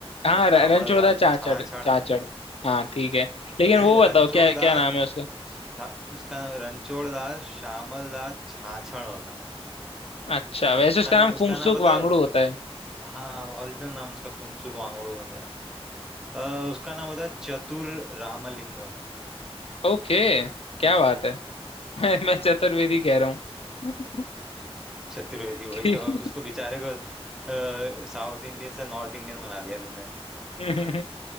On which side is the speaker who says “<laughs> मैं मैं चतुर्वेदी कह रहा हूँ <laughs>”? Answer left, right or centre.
Left